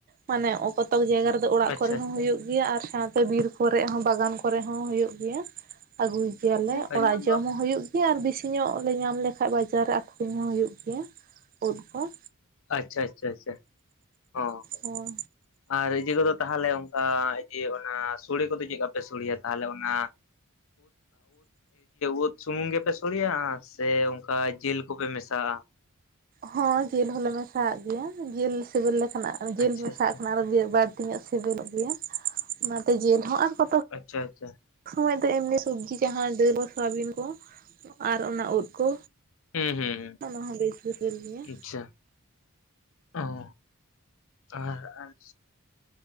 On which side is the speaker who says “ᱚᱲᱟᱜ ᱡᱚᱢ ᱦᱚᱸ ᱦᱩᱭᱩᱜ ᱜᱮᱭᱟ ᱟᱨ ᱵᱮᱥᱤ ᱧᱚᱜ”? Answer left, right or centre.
Right